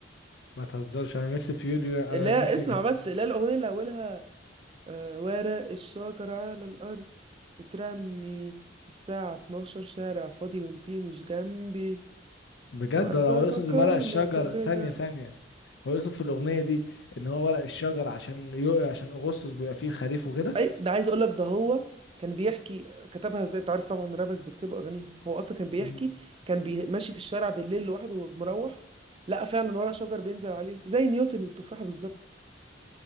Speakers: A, on the left (about 65°); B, on the right (about 30°).
A: ما تهزرش انا نفسي في يوليو انا
B: لا
A: نفسي
B: اسمع بس لا الاغنيه اللي اولها آه، ورق الشجر على الارض بترمي الساعه 12 شارع فاضي وانتي مش جنبي
A: بجد
B: اوقات
A: ولا
B: بفكر
A: هو يقصد ورق الشجر
B: ان كل
A: ثانية
B: ده
A: ثانية هو يقصد في الأغنية دي إن هو ورق الشجر عشان يقع عشان أغسطس بيبقى فيه الخريف وكده
B: اي ده عايز اقولك ده هو كان بيحكي كتبها ازاي تعرف طبعا الرابرز بيكتبوا اغانيهم هو اصلا كان بيحكي
A: ن-
B: كان بي- ماشي في الشارع بالليل لوحده ومروح لقى فعلا ورق شجر بينزل عليه زي نيوتن والتفاحه بالظبط